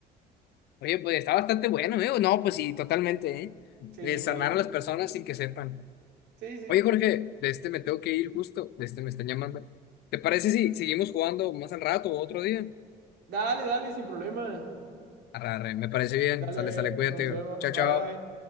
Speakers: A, on the left; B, on the right.
A: Oye, pues está bastante bueno, ¿eh? No, pues sí, totalmente, ¿eh?
B: Sí,
A: Eh,
B: sí.
A: sanar a las personas sin que sepan.
B: Sí, sí.
A: Oye, Jorge, de este me tengo que ir justo. De este me están llamando. ¿Te parece si seguimos jugando más al rato o otro día?
B: Dale, dale, sin problema.
A: Arre, arre, me parece bien.
B: Dale,
A: Sale, sale, cuídate.
B: nos vemos,
A: Chao,
B: bye.
A: chao.